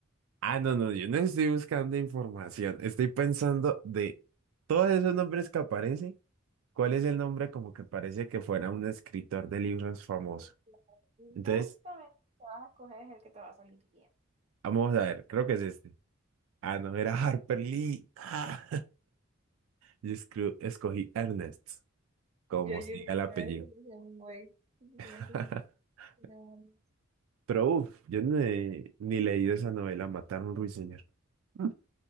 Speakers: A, on the right; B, on the right.
A: Ah, no, no, yo no estoy buscando información, estoy pensando de todos esos nombres que aparecen, ¿cuál es el nombre como que parece que fuera un escritor
B: <laughs>
A: de libros
B: Ok,
A: famoso?
B: claro. Y
A: Entonces,
B: justamente el que vas a escoger es el que te va a salir bien.
A: vamos a ver, creo que es este. Ah, no, era Harper Lee. <laughs> Ah, yo escru- escogí Ernest. como
B: Yo, yo,
A: se diga el
B: yo
A: apellido.
B: también escogí un güey. Yo
A: <laughs>
B: también escogí un- nada más.
A: Pero uff, yo ni, ni leído esa novela, Mataron a un ruiseñor. Mm.